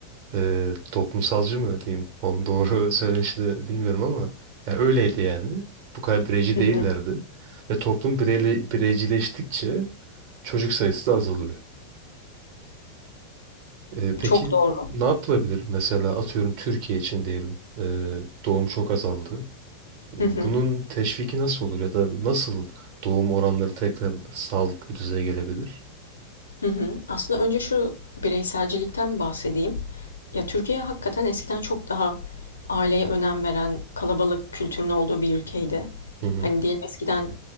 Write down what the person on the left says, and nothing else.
Hı
hı.
Çok doğru.
Hı hı.
Hı hı. Aslında önce şu bireyselcilikten bahsedeyim. Ya Türkiye hakikaten eskiden çok daha aileye önem veren kalabalık kültürün olduğu bir ülkeydi.
Hani diyelim eskiden